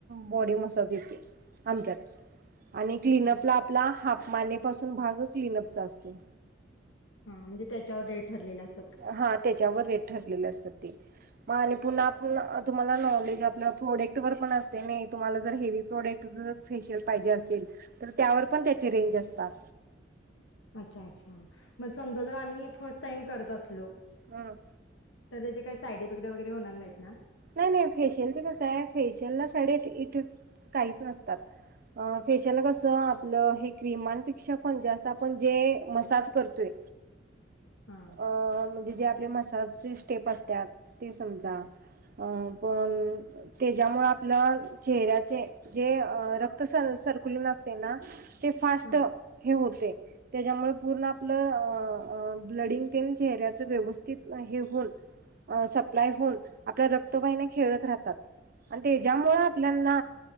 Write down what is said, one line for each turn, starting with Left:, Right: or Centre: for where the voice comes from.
Right: बॉडी मसाज येते आमच्यात आणि क्लिनअप
Left: अच्छा
Right: ला आपला हाफ मानेपासून भाग क्लिनअपचा असतो.
Left: हा म्हणजे त्याच्यावर रेट ठरलेला अस
Right: हा त्याच्यावर रेट ठरलेले असतात ते. हां आणि पुन्हा आपण तुम्हाला नॉलेज आपलं प्रोडेक्ट वर पण असते नाही तुम्हाला जर हेवी प्रोडेक्ट जर फेशियल पाहिजे असतील तर त्यावर पण त्याचे रेंज असतात.
Left: अच्छा, अच्छा, मग समजा जर आम्ही फर्स्ट टाइम करत असलो?
Right: हं
Left: तर त्याचे काही साईड इफेक्ट वगैरे होणार नाहीत ना
Right: नाही नाही फेशियला कस आहे फेशियल ला साडइ इफेक्ट काहीच नसतात. अ फेशयला कसं आपलं हे क्रीमांपेक्षा पण जास्त आपण जे मसाज करतोय.
Left: हां,
Right: अं म्हणजे जे आपले मसाजचे स्टेप असतात ते समजा. अं पण त्याच्यामुळं आपलं चेहऱ्याचे जे रक्त सरकुलन असतंय ना ते फास्ट
Left: हां.
Right: हे होते. त्याच्यामुळे पूर्ण आपलं अं ब्लडिंग तेन चेहऱ्याचं व्यवस्थित हे होन अं सप्लाय होऊन, आपल्या रक्तवाहिन्या खेळत राहतात. अन त्याच्यामुळे आपल्याना